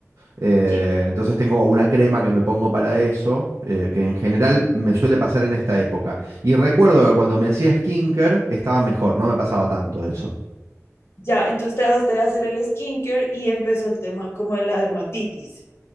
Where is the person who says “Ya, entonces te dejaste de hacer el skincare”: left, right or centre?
Left